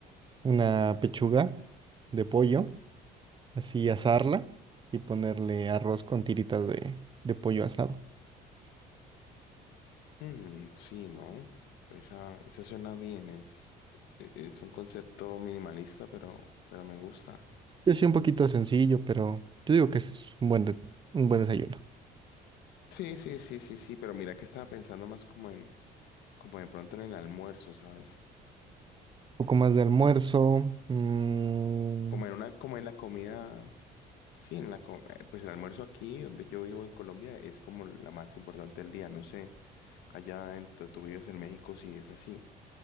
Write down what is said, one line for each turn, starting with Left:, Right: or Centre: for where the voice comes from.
Right: una pechuga de pollo, así asarla y ponerle arroz con tiritas de, de pollo asado.
Left: Mm, sí, ¿no? Esa, esa suena bien, es, e- es un concepto minimalista, pero, pero me gusta.
Right: Yo sí, un poquito sencillo, pero yo digo que es un buen, de- un buen desayuno.
Left: Sí, sí, sí, sí, sí, pero mira que estaba pensando más como en, como de pronto en el almuerzo, ¿sabes?
Right: Un poco más de almuerzo. mm,
Left: Como en una, como en la comida, sí, en la, co- eh, pues el almuerzo aquí donde yo vivo en Colombia es como la más importante del día, no sé, allá en tu, tú vives en México si es así.